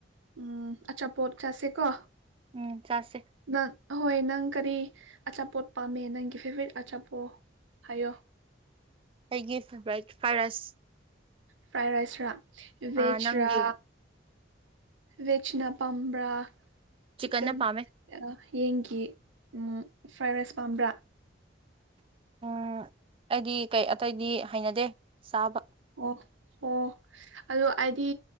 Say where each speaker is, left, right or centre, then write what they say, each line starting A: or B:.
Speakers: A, on the right; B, on the right.
A: ꯎꯝ ꯑꯆꯥꯄꯣꯠ ꯆꯥꯁꯦꯀꯣ
B: ꯎꯝ ꯆꯥꯁꯦ
A: ꯅꯪ ꯍꯣꯏ ꯅꯪ ꯀꯔꯤ ꯑꯆꯥꯄꯣꯠ ꯄꯥꯝꯃꯦ ꯅꯪꯒꯤ ꯐꯦꯚꯣꯔꯥꯏꯠ ꯑꯆꯥꯄꯣꯠ ꯍꯥꯏꯌꯣ
B: ꯑꯩꯒꯤ ꯐꯦꯕꯔꯥꯏꯠ ꯐꯔꯥꯏꯗ ꯔꯥꯏꯁ
A: ꯐ꯭ꯔꯥꯏꯗ ꯔꯥꯏꯁꯔ ꯕꯦꯖꯔ
B: ꯑꯥ ꯅꯪꯗꯤ
A: ꯕꯦꯖꯅ ꯄꯥꯝꯕ꯭ꯔ ꯆꯤꯀꯟ
B: ꯆꯤꯛꯀꯟꯅ ꯄꯥꯝꯃꯦ
A: ꯌꯦꯟꯒꯤ ꯎꯝ ꯐ꯭ꯔꯥꯏꯗ ꯔꯥꯏꯁ ꯄꯥꯝꯕ꯭ꯔ
B: ꯎꯝ ꯑꯩꯗꯤ ꯀꯩ ꯑꯇꯩꯗꯤ ꯍꯩꯅꯗꯦ ꯆꯥꯕ
A: ꯑꯣ ꯑꯣ ꯑꯗꯣ ꯑꯩꯗꯤ